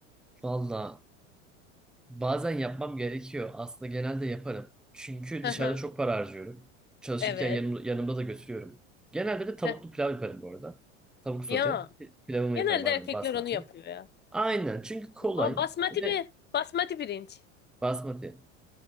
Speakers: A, in the centre; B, on the left.
A: Valla Bazen yapmam gerekiyor. Aslında genelde yaparım. Çünkü
B: Hı
A: dışarıda
B: hı.
A: çok para harcıyorum. Çalışırken
B: Evet.
A: yanım, yanımda da götürüyorum. Genelde de tavuklu
B: Heh.
A: pilav yaparım bu arada. Tavuk sote.
B: Ya
A: Pilavımı
B: genelde
A: yaparım aynen
B: erkekler
A: basmati.
B: onu yapıyor ya.
A: Aynen çünkü kolay
B: Aa basmati
A: ve
B: bir basmati pirinç.
A: basmati.